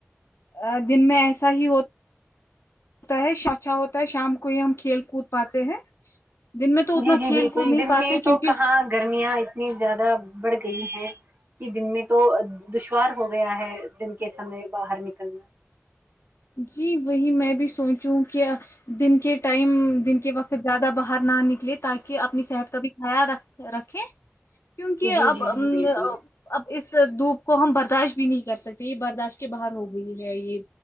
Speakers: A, on the left; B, on the right.
A: ا دن میں ایسا ہی ہو تا ہے اچھا ہوتا ہے شام کو ہی ہم کھیل کود پاتے ہیں دن میں تو اتنا
B: جی جی
A: کھیل
B: بالکل
A: کود نہیں
B: دن
A: پاتے
B: میں
A: کیونکہ
B: تو کہاں گرمیاں اتنی زیادہ بڑھ گئی ہیں کی دن میں تو دشوار ہو گیا ہے دن کے سمے باہر نکلنا
A: جی وہی میں بھی سوچوں کیا دن کے ٹائم دن کے وقت زیادہ باہر نہ نکلے تاکی اپنی صحت کا بھی خیال رکھ رکھیں کیونکی اب
B: جی جی
A: امم
B: جی بالکل
A: اب اس دھوپ کو ہم برداشت بھی نہیں کر سکتے یے برداشت کے باہر ہو گئی ہے یے